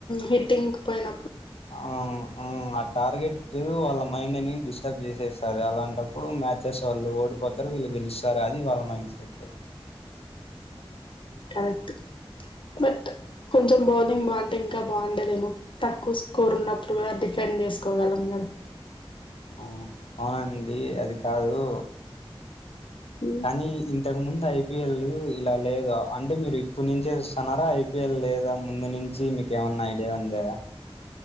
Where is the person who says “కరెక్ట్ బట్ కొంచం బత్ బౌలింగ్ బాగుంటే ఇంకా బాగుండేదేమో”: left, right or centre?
Left